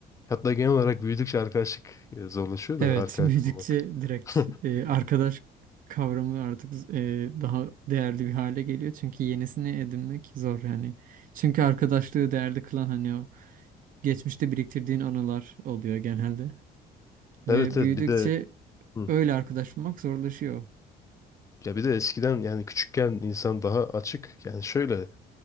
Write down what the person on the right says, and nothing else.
evet
<laughs> büyüdükçe
direkt
e, arkadaş kavramı artık e, daha değerli bir hale geliyor. Çünkü yenisini edinmek zor yani. Çünkü arkadaşlığı değerli kılan hani o geçmişte biriktirdiğin anılar oluyor genelde. Ve
büyüdükçe
öyle arkadaş bulmak zorlaşıyor.